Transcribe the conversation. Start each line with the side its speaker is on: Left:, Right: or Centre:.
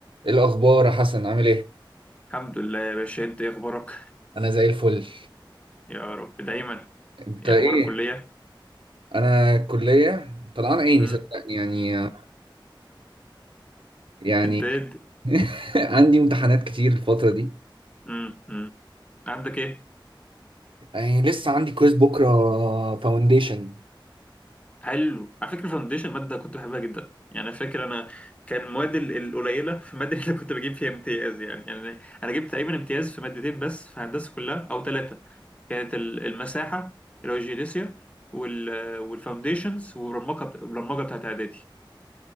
Right: ايه الاخبار يا حسن عامل ايه
Left: الحمد لله يا باشا انت ايه اخبارك
Right: انا زي الفل
Left: يا رب دايما
Right: انت
Left: ايه
Right: ايه
Left: اخبار الكليه
Right: انا الكليه طلعان عيني
Left: امم
Right: صدقني يعني يعني
Left: انت ايه الد-
Right: <laughs> عندي امتحانات كتير الفتره دي
Left: امم امم عندك ايه
Right: يعني لسه عندي كويز بكره فاونديشن
Left: حلو على فكره فاونديشن ماده كنت بحبها جدا يعني انا فاكر انا كان مواد ال- القليله في الماده اللي كنت بجيب فيها امتياز يعني يعني انا جبت تقريبا امتياز في مادتين بس في هندسه كلها او ثلاثه كانت ال- المساحه اللي هو الجيوديسيا وال والفاونديشنز والبرمجه البرمجه بتاعت اعدادي